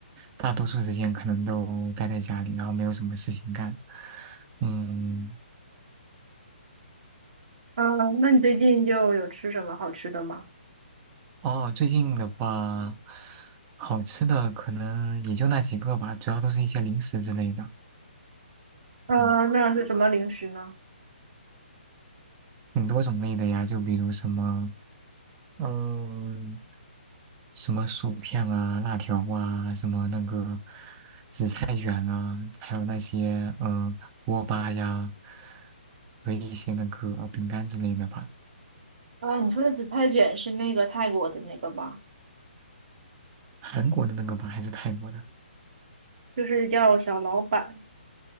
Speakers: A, on the right (about 25°); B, on the right (about 50°).
A: 大多数时间可能都待在家里，然后没有什么事情干。嗯，
B: 嗯，那你最近就有吃什么好吃的吗？
A: 哦，最近的话，好吃的可能也就那几个吧，主要都是一些零食之类的，
B: 嗯，
A: 嗯，
B: 那是什么零食呢？
A: 很多种类的呀，就比如什么，嗯。什么薯片啊、辣条啊、什么那个紫菜卷啊，还有那些嗯锅巴呀和一些那个呃饼干之类的吧。
B: 啊，你说的紫菜卷是那个泰国的那个吧？
A: 韩国的那个吧，还是泰国的？
B: 就是叫小老板。